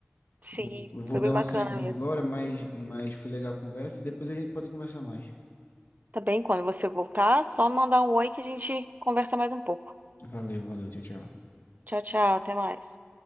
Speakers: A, on the right; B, on the left.
A: Sim,
B: Eu, eu vou
A: foi bem
B: dar
A: bacana
B: uma saidinha
A: mesmo.
B: agora, mas, mas foi legal a conversa e depois a gente pode conversar mais.
A: Também, quando você voltar, só mandar um oi que a gente conversa mais um pouco.
B: Valeu, valeu, tchau, tchau.
A: Tchau, tchau, até mais.